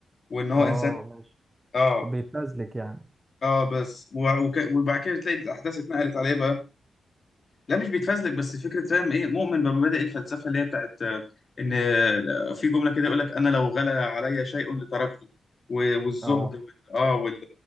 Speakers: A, on the left; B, on the right.
A: وان هو
B: اه
A: انسان
B: ماشي
A: اه
B: بيتنزلك يعني
A: اه بس و- وك- وبعد كده تلاقي الاحداث اتنقلت عليه بقى لا مش بيتفزلك بس فكرة فاهم ايه مؤمن بمبادئ الفلسفة اللي هي بتاعت آه، ان آه، في جملة كده يقول لك انا لو غلى علي شيء لتركته و- والزهد
B: اه
A: وال- اه وال